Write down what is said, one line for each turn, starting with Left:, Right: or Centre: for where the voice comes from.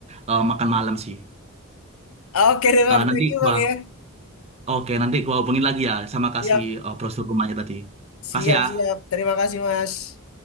Right: eh, makan malam sih.
Left: Oke deh bang,
Right: Eh, nanti
Left: thank you
Right: gua
Left: bang ya.
Right: oke, nanti gua hubungin lagi ya sama kasih
Left: Siap,
Right: eh, brosur rumahnya tadi.
Left: siap,
Right: Kasih ya.
Left: siap. Terima kasih mas.